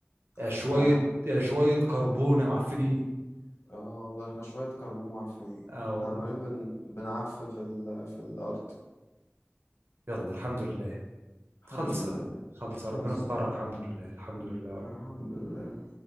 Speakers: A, on the right (about 65°); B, on the left (about 85°).
A: يا شويه
B: لا يا عم
A: يا شويه كربون يا معفنين
B: اه والله احنا شوية كربون معفنين
A: اه
B: احنا
A: والله
B: عمالين بن... بنعفن في ال... في الأرض
A: يلا الحمد لله
B: الحمد
A: خلصه
B: لله
A: خلصه ربنا
B: بس
A: استرها الحمد لله الحمد لله يا
B: الحمد
A: رب
B: لله